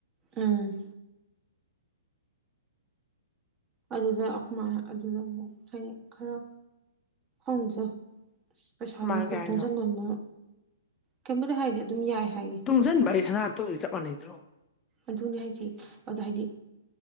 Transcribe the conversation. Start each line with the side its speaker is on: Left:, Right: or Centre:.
Right: ꯑꯝ ꯑꯗꯨꯗ ꯑꯩꯈꯃꯥꯏꯅ ꯑꯗꯨꯗ ꯑꯃꯨꯛ ꯍꯥꯏꯗꯤ ꯈꯔ ꯑꯁ ꯄꯩꯁꯥꯔꯤꯦ
Left: ꯃꯥ
Right: ꯀꯣ
Left: ꯀꯩ ꯍꯥꯏꯅꯣ
Right: ꯊꯣꯡꯖꯅꯅ ꯀꯩꯣꯗ ꯍꯥꯏꯗꯤ ꯑꯗꯨꯝ ꯌꯥꯏ ꯍꯥꯏꯌꯦ
Left: ꯇꯨꯡꯁꯤꯟ ꯚꯥꯏ ꯁꯅꯥ ꯆ ꯃ ꯅꯗ꯭ꯔꯣ
Right: ꯑꯗꯨꯅꯦ ꯍꯥꯏꯁꯤ ꯑꯗꯣ ꯍꯥꯏꯗꯤ